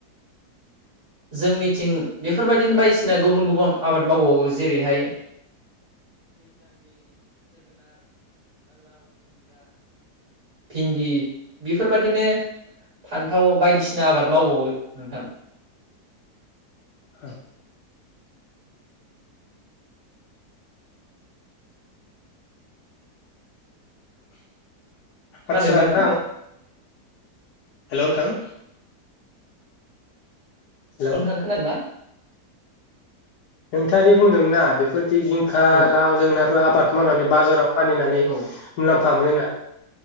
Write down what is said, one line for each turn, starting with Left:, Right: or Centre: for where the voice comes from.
Right: जोंनिथिं बेफोरबायदिनो बायदिसिना गुबुन गुबुन आबाद मावबावो जेरैहाय भिन्दि बेफोरबादिनो फान
Left: औ।
Right: खोनादोंना
Left: आच्छा नोंथां
Right: नों
Left: हेलौ नोंथां। हेलौ
Right: नोंथां खोनादोंना।
Left: नोंथाङा दे बुं। जिंखा
Right: औ
Left: लाव जोंगोनारफोर <unintelligible> मारानि बाजाराव फानैनानै
Right: औ
Left: मुलाम फा मोनो ना।